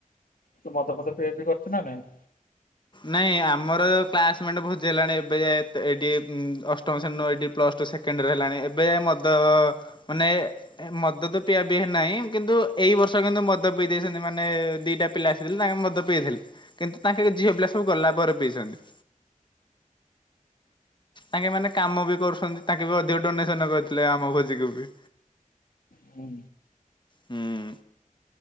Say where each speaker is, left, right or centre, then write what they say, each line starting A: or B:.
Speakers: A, on the left; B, on the left.
A: ତୁ ମଦ ଫଦ ପିଆ ପିଇ କରୁଛୁ ନା ନାଇଁ?
B: ନାଇଁ ଆମର କ୍ଲାସମେଟ ଭୋଜି ହେଲାଣି ଏବେ ଏତେ ଏଇଠି ଉମ ଅଷ୍ଟମ ଶ୍ରେଣୀରୁ ଏଠି ପ୍ଲସ୍ ଟୁ ସେକେଣ୍ଡୟର ହେଲାଣି, ଏବେ ମଦ ମାନେ ମଦ ତ ପିଆ ପିଇ ନାହିଁ କିନ୍ତୁ ଏଇ ବର୍ଷ କିନ୍ତୁ ମଦ ପିଇ ଦେଇଛନ୍ତି ମାନେ ଦିଟା ପିଲା ଆସିଥିଲେ ତାଙ୍କ ମଦ ପିଇଥିଲେ କିନ୍ତୁ ତାଙ୍କେ ଝିଅ ପିଲା ସବୁ ଗଲା ପରେ ପିଇଛନ୍ତି। ତାଙ୍କେ ମାନେ କାମ ବି କରୁଛନ୍ତି ତାଙ୍କେ ବି ଅଧିକ ଡୋନେସନ କରିଥିଲେ ଆମ ଭୋଜିକୁୁ ବି।
A: ହୁଁ।
B: ହୁଁ